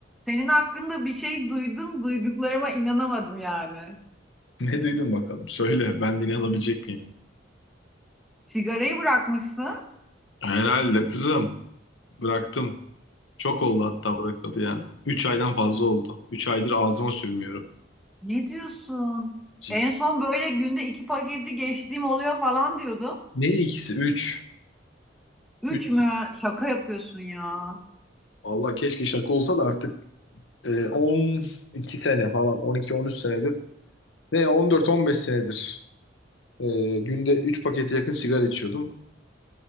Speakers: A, in the centre; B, on the left.
A: Senin hakkında bir şey duydum, duyduklarıma inanamadım yani.
B: <laughs> Ne duydun bakalım? Söyle, ben dinleyebilecek miyim?
A: Sigarayı bırakmışsın.
B: Herhalde kızım. Bıraktım. Çok oldu hatta bırakalı yani. 3 aydan fazla oldu. 3 aydır ağzıma sürmüyorum.
A: Ne diyorsun?
B: Cid-
A: En son böyle günde iki paketi geçtiğim oluyor falan diyordun.
B: Ne ikisi? Üç.
A: Üç
B: üç.
A: mü? Şaka yapıyorsun ya.
B: Vallahi keşke şaka olsa da artık e, on iki sene falan on iki on üç senedir ve on dört on beş senedir e, günde 3 pakete yakın sigara içiyordum.